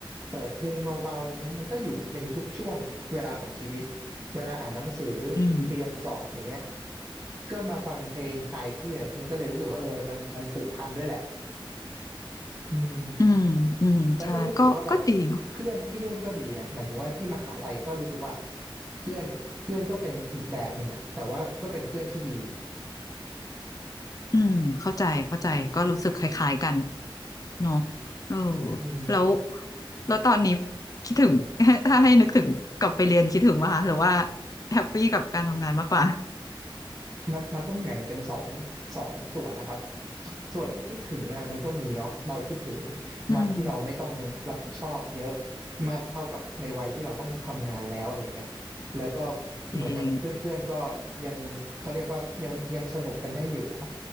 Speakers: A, on the right; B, on the left.
A: เปิดเพลงเบาๆอะไรเงี้ยมันก็อยู่ในทุกช่วงเวลาของชีวิตเวลาอ่านหนังสือ
B: อืม
A: เตรียมสอบอย่างเงี้ยก็มาฟังเพลงคลายเครียดมันก็เลยรู้สึกว่าเออมันมันผูกพันด้วยแหละอืม
B: อืมอืมใช่ก็ก็ดีเนาะ
A: แล้วก็รู้สึกว่าแบบเพื่อนที่นู่นก็ดีนะหมายถึงว่าที่มหาลัยก็รู้สึกว่าเพื่อนเพื่อนก็เป็นอีกแบบหนึ่งอะแต่ว่าก็เป็นเพื่อนที่ดี
B: อืมเข้าใจเข้าใจก็รู้สึกคล้ายๆกันเนอะเออ
A: อืม
B: แล้วแล้วตอนนี้คิดถึง <laughs> ถ้าให้นึกถึงกลับไปเรียนคิดถึงว่าหรือว่าแฮปปี้กับการทำงานมากกว่า
A: มันมันต้องแบ่งเป็นสองสองส่วนนะครับส่วนที่คิดถึงอ่ะมันก็มีเนาะเราคิดถึง
B: อืม
A: วันที่เราไม่ต้องรับผิดชอบเยอะมากเท่ากับในวัยที่เราต้องทำงานแล้วอะไรเงี้ยแล้วก็
B: จริง
A: เหมือนกับเพื่อนๆก็ยังเขาเรียกว่ายังยังสนุกกันได้อยู่อะ